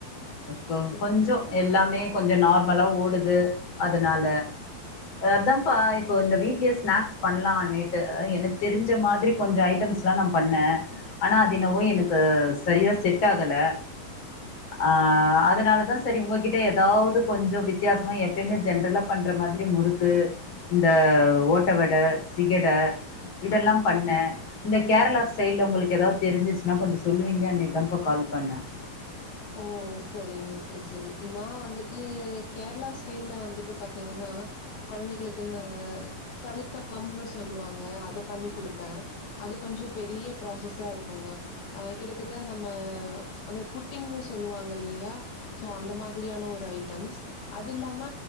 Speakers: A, on the left (about 35°); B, on the left (about 75°).
A: <unintelligible>
B: செரி
A: கொஞ்ச எல்லாமே மே கொஞ்ச நார்மலா ஓடுது அதுனால அதான்ப்பா இப்போ இந்த வீடல ஸ்நாக்ஸ் பண்ணலாம்ட்டு எனக்கு தெரிஞ்ச மாதிரி கொஞ்ச ஐட்டம்ஸ்லா நா பண்ணே ஆனா அது என்னவோ எனக்கு சரியா செட் ஆகல ஆ அதனாலதா சரி உங்ககிட்ட எதாவது கொஞ்சோ வித்தியாசமா எப்பயுமே ஜென்ரலா பண்ற மாதிரி முறுக்கு இந்த ஓட்டவட சிகட இதெல்லா பண்ணே இந்த கேரளா ஸ்டைல்ல உங்களுக்கு எதாவது தெரிஞ்சுச் நா கொஞ்ச சொல்லுவீங்க நிதம் இப்போ கால் பண்ண
B: ஓ சேரிங்க சேரி சேரி உம் நா வந்துட்டு கேரளா ஸ்டைல்ல வந்துட்டு பாத்தீங்கன்னா கொழந்தைகளுக்கு இந்த கழுத்தப்பம்னு சொல்லுவாங்க அத பண்ணி குடுப்பே அது கொஞ்சோ பெரிய ப்ராசஸா இருக்குங்க அ கிட்டத்தட்ட நம்ம அந்த புட்டிங்ன்னு சொல்லுவாங்க இல்லயா ஸோ அந்த மாதிரியான ஒரு ஐட்டம்ஸ் அது இல்லாம